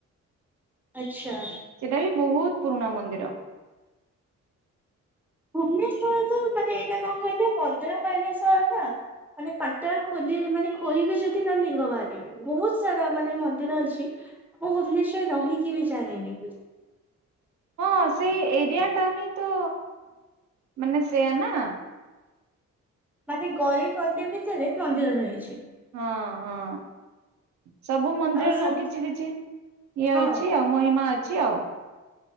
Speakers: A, in the centre; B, on the right (about 70°).
A: ଆଚ୍ଛା।
B: ସେଟା ବି ବହୁତ ପୁରୁଣା ମନ୍ଦିର।
A: ଭୁବନେଶ୍ବରରେ ତ ମାନେ ଏଇଟା କଣ କହିଲେ ମନ୍ଦାର ମାଳିନୀ ସହର ନା। ମାନେ ପାଟା ଖୋଲିରେ ମାନେ ଖୋଇବେ ଯଦି ତା ଲିଙ୍ଗ ବାହାରିବେ। ବହୁତ ସାରା ମାନେ ମନ୍ଦିର ଅଛି। ମୁଁ ଭୁବନେଶ୍ଵରରେ ରହିକି ବି ଜାଣିନି।
B: ହଁ ସେଇ ଏରିଆ ଟା ହିଁ ତ ମାନେ ସେୟା ନା।
A: ମାନେ ଗରି କନ୍ଦି ଭିତରେ ମନ୍ଦିର ରହିଛି।
B: ହଁ ହଁ। ସବୁ ମନ୍ଦିରର
A: ଆଉ ସବ
B: କିଛି କିଛି ଇଏ
A: ହଁ
B: ଅଛି। ଆଉ ମହିମା ଅଛି ଆଉ।